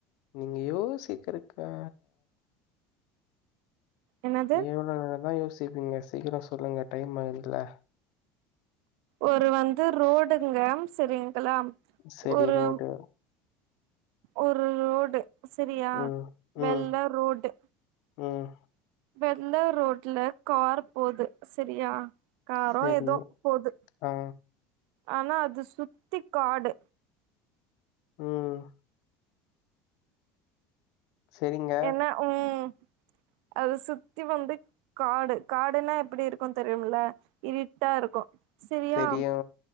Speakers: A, on the left; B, on the right.
A: நீங்க யோசிக்குறக்கா
B: என்னது
A: எவ்ளோ நேரோதா யோசிப்பீங்க சீக்கிரோ சொல்லுங்க டைம் ஆகுதுல
B: ஒரு வந்து ரோடுங்க செரிங்களா
A: சரி
B: ஒரு
A: ரோடு
B: ஒரு ரோடு செரியா
A: ம்
B: வெள்ள
A: ம்
B: ரோடு
A: ம்
B: வெள்ள ரோட்ல கார் போது செரியா காரோ
A: சரி
B: எதோ போது
A: ஆ
B: ஆனா அது சுத்தி காடு
A: ம் சரிங்க
B: எனா ம் அது சுத்தி வந்து காடு காடுனா எப்டி இருக்கு தெரியுமுல இருட்டா இருக்கு செரியா
A: தெரியு